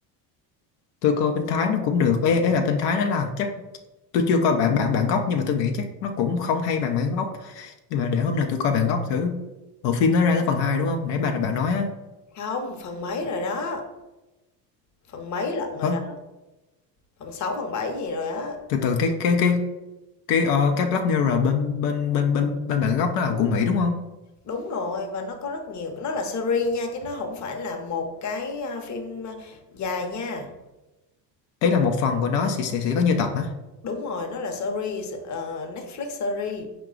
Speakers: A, on the left; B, on the left.
A: tôi coi bên Thái nó cũng được ấy, ấy là bên Thái nó là chắc tôi chưa coi bản bản bản gốc nhưng mà tôi nghĩ chắc nó cũng không hay bằng bản gốc nhưng mà để hôm nào tôi coi bản gốc thử bộ phim nó ra tới phần 2 đúng không nãy bạn bạn nói á
B: không, phần mấy rồi đó, phần mấy lận
A: hả
B: rồi đó, phần 6 phần 7 gì rồi á.
A: từ từ cái cái cái cái ờ, cái Black Mirror bên bên bên bên bên bản gốc nó là của Mỹ đúng không
B: Đúng rồi, và nó có rất nhiều, nó là series nha, chứ nó không phải là một cái, a, phim, a, dài nha.
A: ý là một phần của nó sẽ sẽ sẽ có nhiều tập á
B: Đúng rồi, nó là series, ờ, Netflix series,